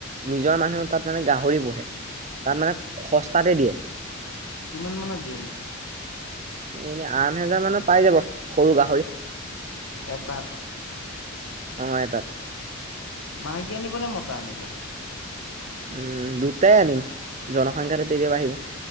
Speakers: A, on the right (about 35°); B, on the left (about 80°).
A: নিজৰ মানুহে তাত মানে গাহৰি পুহে। তাত মানে
B: উম,
A: সস্তাতে দিয়ে।
B: কিমান মানত দিয়ে এনে?
A: এনে আঠ হেজাৰ মানত পাই যাব, সৰু গাহৰি।
B: এটাত।
A: অ' এটাত।
B: মাইকী আনিবনে মতা আনিব।
A: উম, দুটাই আনিম জনসংখ্যাটো তেতিয়া বাঢ়িব।